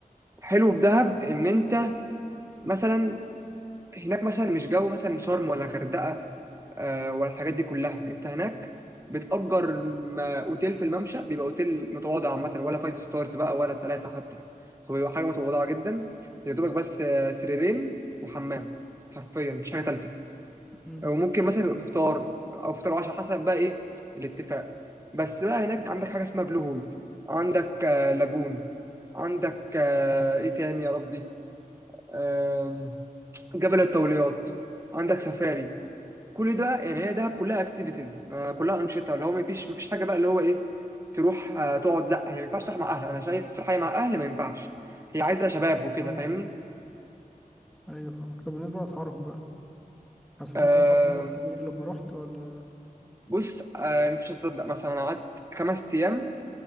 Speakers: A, on the right; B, in the centre.
A: حلو في دهب ان انت مثلا هناك مثلا مش جو مثلا شرم ولا غردقه آه، ولا الحاجات دي كلها انت هناك بتأجر م- اوتيل في الممشى بيبقى اوتيل متواضع عامة ولا فايف ستارز بقى ولا ثلاثة حتى هو بيبقى حاجة متواضعة جدا يا دوبك بس آه، سريرين وحمام حرفيا مفيش حاجة تالتة
B: مم.
A: وممكن مثلا يبقى بفطار او فطار وعشاء حسب بقى ايه الاتفاق بس بقى هناك عندك حاجه اسمها بلو هول عندك آه، لاجون عندك آه، ايه تاني يا ربي آم، جبل الطوليات عندك سفاري كل ده يعني هي دهب كلها اكتيفيتيز كلها انشطه اللي هو ما فيش ما فيش حاجه بقى اللي هو ايه تروح آه، تقعد لا هي ما ينفعش تروح مع اهل انا شايف الصراحه هي مع اهل ما ينفعش هي عايزه شباب وكده
B: اه
A: فاهمني
B: ايوه فاهمك طب بالنسبة لأسعارهم بقى حسيت ان
A: آم،
B: انت دفعت مبلغ كبير لما رحت ولا
A: بص آه، انت مش هتصدق مثلا انا قعدت خمس ايام